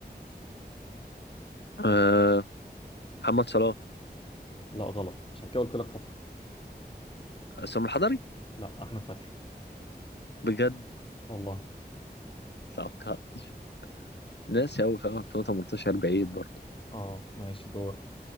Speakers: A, on the left; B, on the left.
A: أه محمد صلاح
B: لا غلط عشان كده قلت لك فكر
A: سام الحضري
B: لا احمد فتحي
A: بجد
B: والله
A: توقعتش ناسي قوي في 2018 بعيد برضو
B: اه ماشي دور